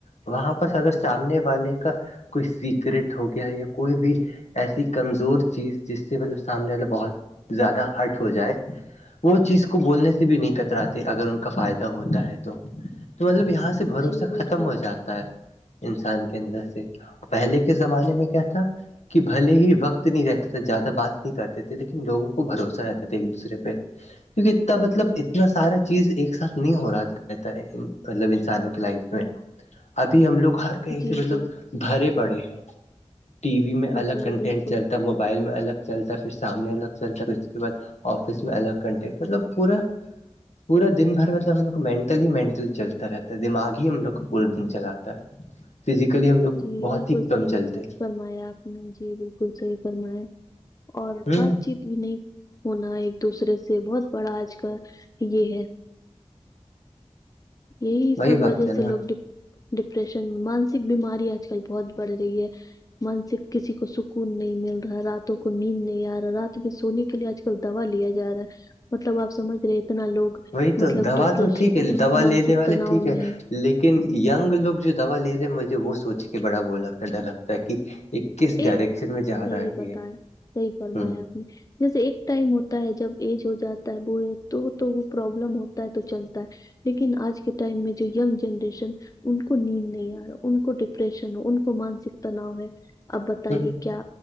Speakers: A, on the left; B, on the left.
A: وہاں پرس اگر سامنے والے کا کوئی سیکریٹ ہو گیا یا کوئی بھی ایسی کمزور چیز جس سے مطلب سامنے والا بہت زیادہ ہرٹ ہو جائے وہ چیز کو بولنے سے بھی نہیں کتراتے اگر ان کا فائدہ ہوتا ہے تو تو مطلب یہاں سے سے بھروسہ
B: جی
A: ختم
B: بالکل
A: ہو جاتا ہے انسان کے اندر سے پہلے کے زمانے میں کیا تھا کہ بھلے ہی وقت نہیں رہتا تھا زیادہ بات نہیں کرتے تھے لیکن لوگوں کو بھروسہ رہتا تھا ایک دوسرے پہ کیونکہ اتنا مطلب اتنا سارا چیز ایک ساتھ نہیں ہو رہا رہتا ہے مطلب انسانوں کی لائف میں ابھی ہم لوگ ہر کہیں
B: جی
A: سے مطلب
B: جی
A: بھرے پڑے ہیں ٹی وی میں الگ
B: جی
A: کنٹینٹ
B: بالکل
A: چلتا ہے موبائل میں الگ چلتا ہے پھر سامنے الگ چلتا ہے پھر اس کے بعد آفس میں الگ کانٹیکٹ مطلب پورا پورا دن بھر مطلب ہم لوگ کو مینٹل ہی مینٹل چلتا رہتا ہے دماغ ہی ہم لوگ کو پورا دن چلاتا ہے فزیکلی ہم لوگ
B: جی
A: بہت
B: بالکل
A: ہی
B: صحیح
A: کم چلتے ہیں
B: فرمایا آپ نے جی بالکل صحیح فرمایا اور
A: ہیں
B: بات
A: ہ
B: چیت بھی نہیں ہونا ایک دوسرے سے بہت بڑا آج کل یہ ہے یہی
A: وہی
B: سب
A: بات
B: وجہ
A: ہے نا
B: سے لوگ ڈپریشن مانسک بیماری آج کل بہت بڑھ رہی ہے مانسک کسی کو سکون نہیں مل رہا راتوں کو نیند نہیں آ رہا رات میں سونے کے لیے آجل دوا لیا جا رہا ہے مطلب آپ سمجھ رہے اتنا لوگ
A: وہی تو
B: مطلب
A: دوا
B: ڈپریش
A: تو ٹھیک ہے دوا
B: مانسک
A: لینے والے
B: تناؤ
A: ٹھیک ہے
B: میں
A: لیکن یگ لوگ جو دوا لے رہے ہیں مجھے وہ سوچ کے بڑا وہ لگتا ہے ڈر لگتا ہے کہ یہ کس
B: ایک
A: ڈائریکشن میں جا
B: صحیح
A: رہا ہے
B: بتایا
A: یہ
B: صحیح فرمایا
A: ہ
B: آپ نے جیسے ایک ٹائم ہوتا ہے جب ایج ہو جاتا ہے بو تو تو وہ پرابلم ہوتا ہے تو چلتا ہے لیکن آج کے ٹائم میں جو جنریشن ان کو نیند نہیں آ رہا ان کو ڈپریشن ہو ان کو مانسک تناؤ ہے اب بتائیے
A: ہ
B: کیا